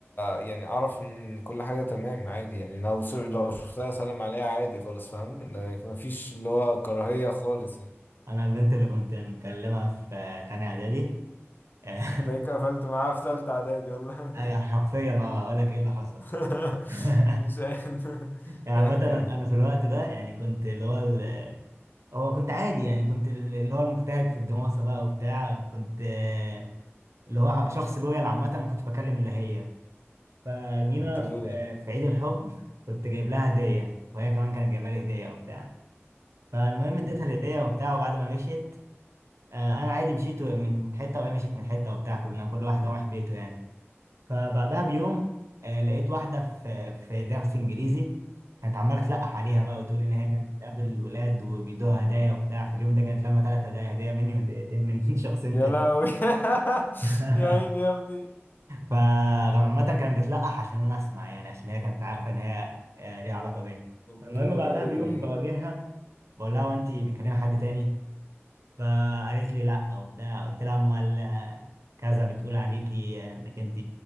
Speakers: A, on the left; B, on the right.
A: يعني اعرف ان كل حاجة تمام عادي يعني لو س- لو شفتها اسلم عليها عادي خالص فاهم لا- مفيش اللي هو كراهية خالص يعني
B: انا البنت اللي كنت مكلمها في تانية اعدادي <laughs>
A: تلاقيك قفلت معاها في تالتة اعدادي ولا
B: اي حرفيا اه اقول لك ايه اللي حصل
A: <laughs>
B: <laughs>
A: مش عارف
B: يعني
A: احكي
B: عامة انا
A: احكي
B: أنا في الوقت ده يعني كنت اللي هو ال- هو كنت عادي يعني كنت اللي هو المجتهد في الدراسة بقى وبتاع كنت آه، اللي هو شخص لويال عامة ما كنتش بكلم الا هي فجينا
A: اوكي
B: في في عيد الحب كنت جايب لها هدية وهي كمان كانت جايبة لي هدية وبتاع فالمهم
A: <laughs>
B: اديتها الهدية وبتاع وبعد ما مشيت آه، انا عادي مشيت من حتة وهي مشيت من حتة وبتاع كلنا كل واحد راح بيته يعني فبعدها بيوم آه، لقيت واحدة في في درس إنجليزي كانت عمالة تلقح عليها بقى وتقول إن هي كانت بتقابل الولاد وبيدوها هدايا وبتاع في اليوم ده كانت لما ثلاث هدايا هدية مني وهديتين من <laughs> شخصين
A: يا
B: تاني
A: لهوي <laughs>
B: <laughs>
A: يا عيني يا ابني
B: فعامة كانت بتلقح عشان أنا أسمع يعني عشان هي كانت عارفة إن هي آه، ليها علاقة بيا
A: اوكي
B: فالمهم بعدها بيوم بواجهها بقول لها هو أنت بتكلمي حد تاني؟ فقالت لي لا وبتاع قلت لها امال آه، كذا بتقول عليكي آه، انك انت